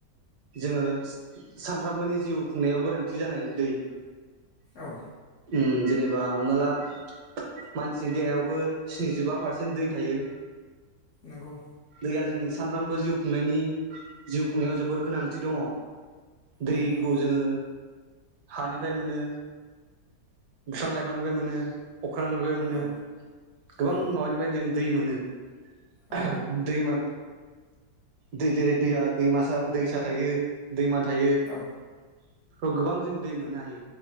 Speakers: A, on the right; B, on the left.
A: जोङो सामफ्रामबोनि जिउ खुंनायाव गोनांथि जानाय दै।
B: औ।
A: उम जेनेबा हमना ला मानसिनि देहायावबो स्निजिबा पारसेन्ट दै थायो।
B: नंगौ
A: दैया जोंनि सानफ्रोमबो जिउ खुंनायनि जिउ खुंनायाव जोबोर गोनांथि दङ। दैखौ
B: नंगौ
A: जोङो हानिफ्राय मोनो। बिफां लाइफ फांनिफ्राय मोनो अख्रांनिफ्राय मोनो
B: औ
A: गोबां
B: औ
A: माबानिफ्राय जों दै मोनो <unintelligible>
B: औ
A: दैमा। दै देरै दैया दैमासा दैसा थायो ‌दैमा थायो बेफ्राव
B: औ
A: गोबां जों दै मोननो हायो।